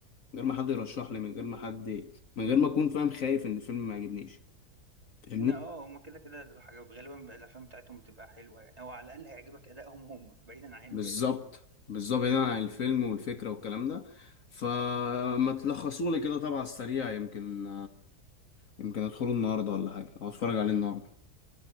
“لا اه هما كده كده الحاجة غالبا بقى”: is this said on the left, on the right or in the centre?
Right